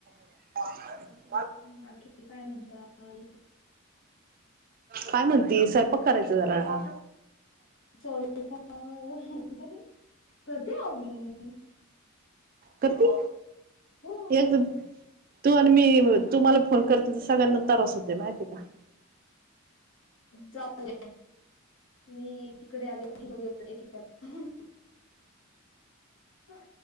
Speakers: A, on the right; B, on the left.
A: <inaudible>
B: बाकी काय म्हणतालं?
A: काय म्हणती स्वयंपाक करायच जरा.
B: च का करते आ मी.
A: करती
B: हो
A: एक तू आणि मी तू मला फोन करते तर सगळ्यांना त्रास होते माहितीय का
B: जाऊ द्या मी तिकडे आले की बघे एकेकाला ह